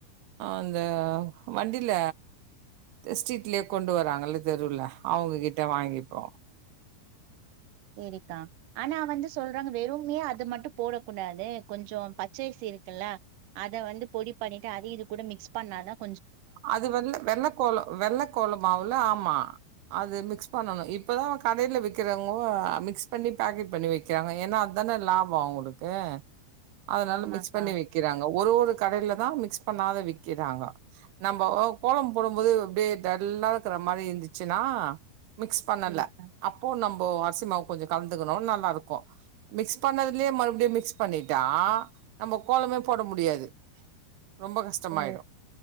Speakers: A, on the right; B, on the right.
A: அந்த வண்டில த ஸ்ட்ரீட்லயே கொண்டு வராங்கல்ல தெருவுல அவொங்ககிட்ட வாங்கிப்போ
B: தேரிக்கா ஆனா வந்து சொல்றாங்க வெறும்யே அது து மட்டும் போடக்கூடாது கொஞ்ஜொ பச்சசி இருக்குல்ல அத வந்து பொடி பண்ணிட்டு அதயு இது கூட மிக்ஸ் பண்ணாதான்
A: அது வந்து வெள்ள கோலோ வெள்ளக்கோல மாவுல ஆமா அது மிக்ஸ் பண்ணணு இப்பதான் கடையில விக்கிறவங்கோ மிக்ஸ் பண்ணி பேக்கெட் பண்ணி வைக்கிறாங்க ஏன்னா அத்தானே லாபோ அவங்களுக்கு அதனால
B: ஆமாக்கா
A: மிக்ஸ் பண்ணி வைக்கிறாங்க ஒரு ஒரு கடையில தான் மிக்ஸ் பண்ணாத விக்கிறாங்க நம்பொ கோலம் போடும்போது அப்டியே டல்லாருக்குற மாரி இருந்துச்சுன்னா மிக்ஸ் பண்ணல
B: சேரிக்கா
A: அப்போ நம் ஒ அரிசிமாவு கொஞ்ஜொ கலந்துக்கணு நல்லாருக்கும் மிக்ஸ் பண்ணதுலயே மறுபடியும் மிக்ஸ் பண்ணிட்டா நம்ம கோலமே போட முடியாது ரொம்ப கஷ்டமாய்டு
B: ஓ